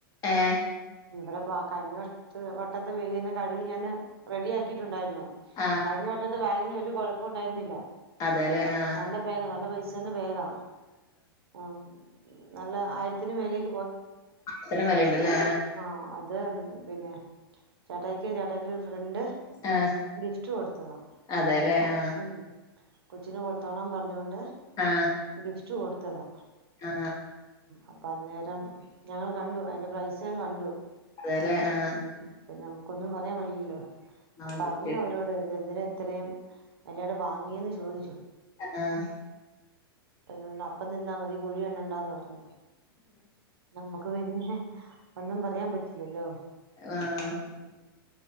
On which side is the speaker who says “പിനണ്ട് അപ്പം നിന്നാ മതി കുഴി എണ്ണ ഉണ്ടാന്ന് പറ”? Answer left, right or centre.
Right